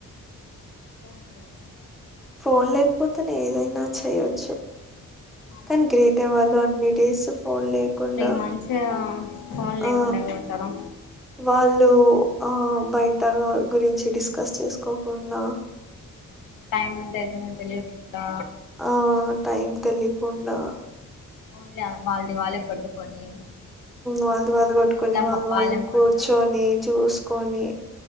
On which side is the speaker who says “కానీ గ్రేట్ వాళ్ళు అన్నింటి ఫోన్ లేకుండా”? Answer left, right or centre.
Centre